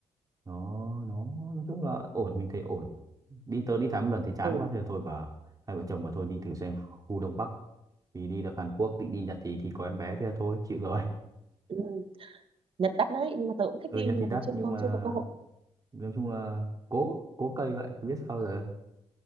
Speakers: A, on the right; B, on the right.
A: nó nó nói chung là ổn mình thấy ổn đi tớ đi Thái một lần thì chán
B: ừ,
A: quá thì thôi và hai vợ chồng mà thôi đi thử xem khu Đông Bắc thì đi được Hàn Quốc định đi Nhật thì thì có em bé thì thôi chịu rồi
B: ừ. Nhật đắt đấy nhưng mà tớ cũng thích
A: ừ
B: đi
A: Nhật
B: nhưng
A: thì
B: mà
A: đắt
B: tớ chưa
A: nhưng
B: có
A: mà
B: chưa có cơ hội
A: nói chung là cố cố cây vậy biết sao giờ